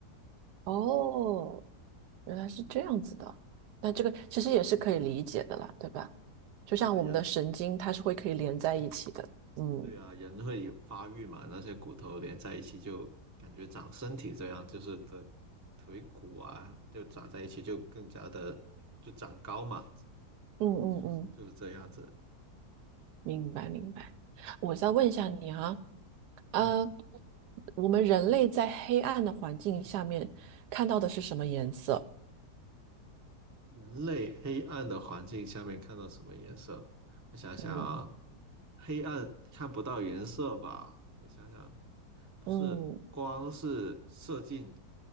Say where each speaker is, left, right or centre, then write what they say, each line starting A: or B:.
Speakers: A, on the right; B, on the right.
A: 哦，原来是这样子的。那这个其实也是可以理解的啦，对吧？就像我们的神经，
B: 人。
A: 它是会可以连在一起的。嗯
B: 对啊，人会发育嘛，那些骨头连在一起就感觉长身体这样，就是的腿骨啊，就长在一起就更加的就长高嘛，
A: 嗯嗯嗯。
B: 就是就是这样子。
A: 明白明白。我再问一下你啊，呃，
B: 嗯，
A: 我们人类在黑暗的环境下面看到的是什么颜色？
B: 人类黑暗的环境下面看到什么颜色？我想想啊，
A: 嗯
B: 黑暗看不到颜色吧？我想想，不是光是射进，
A: 嗯，